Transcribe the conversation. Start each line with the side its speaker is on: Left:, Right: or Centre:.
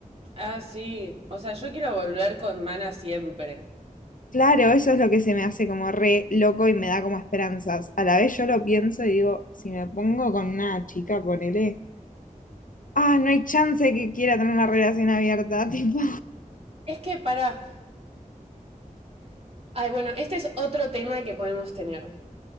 Right: Ah, sí. O sea, yo quiero volver con Mana siempre.
Left: Claro, eso es lo que se me hace como re loco y me da como esperanzas. A la vez yo lo pienso y digo, si me pongo con una chica, ponele, ah, no hay chance que quiera tener una relación abierta, <laughs> tipo,
Right: Es que para... <laughs> Ay, bueno, este es otro tema que podemos tener.